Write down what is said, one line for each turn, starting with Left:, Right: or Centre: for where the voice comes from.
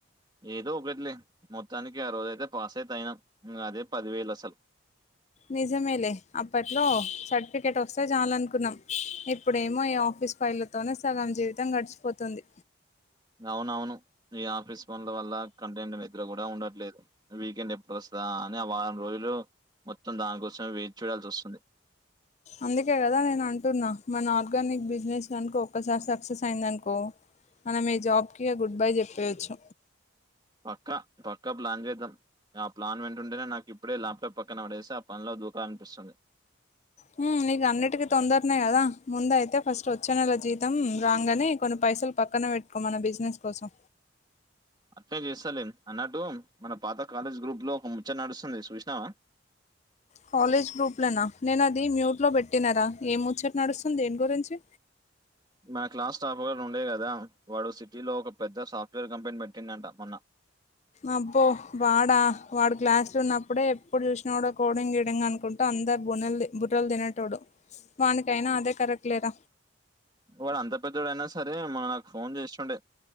Right: ఏదో ఒకటిలే మొత్తానికి ఆ రోజైతే పాస్ అయితే అయినా ఇంగ అదే పదివేలు అసలు
Left: నిజమేలే అప్పట్లో సర్టిఫికేట్ వస్తే చాలనుకునం ఇప్పుడేమో ఈ ఆఫ ఆఫస్ ఫైలతోనే సగం జీవితం గడిచిపోతుంది
Right: అవునవును ఈ ఆఫీస్ ఫోన్ల వల్ల కాంతినిండా నిద్ర కూడా ఉండట్లేదు వీకెండ్ ఎప్పుడు వస్తు అని ఆ వారం రోజులు మొత్తం దానికోసమే వేచి చూడాల్సి వస్తుంది
Left: అందుకే కదా నేను అంటున్నా మన ఆర్గానిక్ బిజినెస్ అనుకో ఒక్కసారి సక్సెస్ అయిందనుకో మనం ఈ జాబ్కి గుడ్ బై చెప్పేవచ్చు
Right: పక్క పక్క ప్లాన్ చేదం ఆ ప్లాన్ వింటుంటేనే నాకు ఇప్పుడే ల్యాప్టాప్ పక్కన పడేసి ఆ పనిలో దూకనిపిస్తుంది
Left: హ్మ్ నీకు అన్నిటికీ తొందరనే కదా ముందు అయితే ఫస్ట్ వచ్చే నెల జీతం రాంగ్ అని కొన్ని ప పైసలు పక్కన పెట్టుకో మన బిజినెస్ కోసం
Right: అట్లే చేస్తాలే అన్నట్టు మన పాత కాలేజ్ గ్రూప్ లో ఒక ముచ్చ నడుస్తుంది చూసినావా
Left: కాలేజ్ గ్రూప్ లోనా నేన అది మ్యూట్ లో పెట్టినార ఏం ముచ్చట నడుస్తుంది దేని గురించి
Right: మన క్లాస్ టాపర్ ఉండే కదా వాడు సిటీలో ఒక పెద్ద సాఫ్ట్వేర్ కంపెనీ పెట్టిండంట మొన్న
Left: అబ్బో వాడ వాడు క్లాసులో ఉన్నప్పుడే ఎప్పుడు చూసినా కూడా కోడింగ్ గీడింగ్ అనుకుంటా అం అందరు బునల్ బుర్రలు తినేటోడు వాడికయినా అదే కరక్ట్లేర
Right: వాడు అంత పెద్దోడయినా సరే మ నాకు ఫోన్ చేస్తుండే